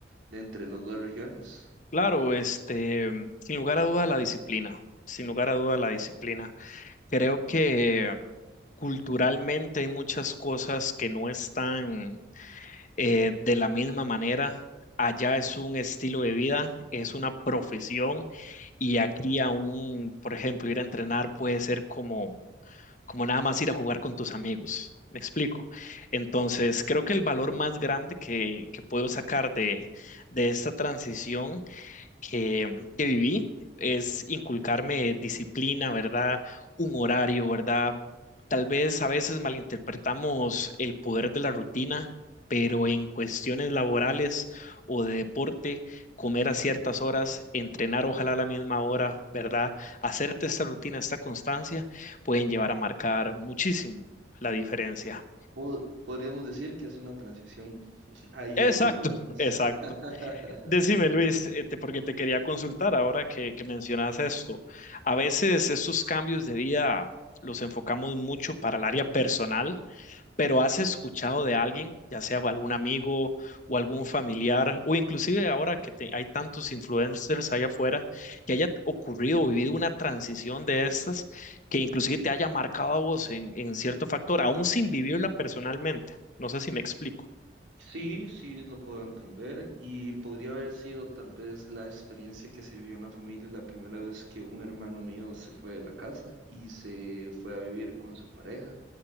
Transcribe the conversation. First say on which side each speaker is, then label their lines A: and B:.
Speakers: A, on the right; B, on the left.
A: de entre las dos regiones?
B: claro, este, sin lugar a duda la disciplina, sin lugar a duda la disciplina. Creo que mm, culturalmente hay muchas cosas que no están eh, de la misma manera. Allá es un estilo de vida, es una profesión y aquí aún, por ejemplo, ir a entrenar puede ser como, como nada más ir a jugar con tus amigos. ¿Me explico? Entonces, creo que el valor más grande que, que puedo sacar de, de esta transición que, mm, que viví es inculcarme disciplina, ¿verdad? Un horario, ¿verdad? Tal vez a veces malinterpretamos el poder de la rutina, pero en cuestiones laborales o de deporte, comer a ciertas horas, entrenar ojalá a la misma hora, ¿verdad? Hacerte esta rutina, esta constancia, pueden llevar a marcar muchísimo la diferencia.
A: Pod- podríamos decir que es una transición. <laughs> Ahí
B: Exacto,
A: es donde lo vemos.
B: exacto.
A: <laughs>
B: Decime, Luis, este, porque te quería consultar ahora que, que mencionas esto. A veces estos cambios de vida los enfocamos mucho para el área personal, pero ¿has escuchado de alguien, ya sea algún amigo o algún familiar, o inclusive ahora que te- hay tantos influencers allá afuera, que haya ocurrido o vivido una transición de estas que inclusive te haya marcado a vos en, en cierto factor, aún sin vivirla personalmente? No sé si me explico.
A: Sí, sí, lo puedo entender. Y podría haber sido tal vez la experiencia que se vivió en la familia la primera vez que un hermano mío se fue de la casa y se fue a vivir con su pareja.